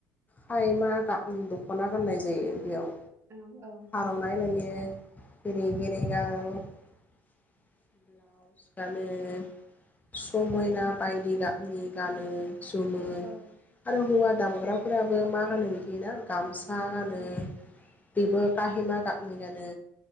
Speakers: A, on the left (about 20°); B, on the right (about 35°).
A: खायमा गा-दख'ना गाननाय जायो बेयाव।
B: ओं औ
A: आर'नाय लायो। ए रेगे-रेगां ब्लाउस गान ओ समायना
B: औ
A: बायदि गाबनि गानो जुमो
B: ओं
A: आरो हौवा दामग्राफोराबो मा गानो मिथिगोना? गामसा सा गानो।
B: औ
A: बेबो काहिमा गाबनि गानो।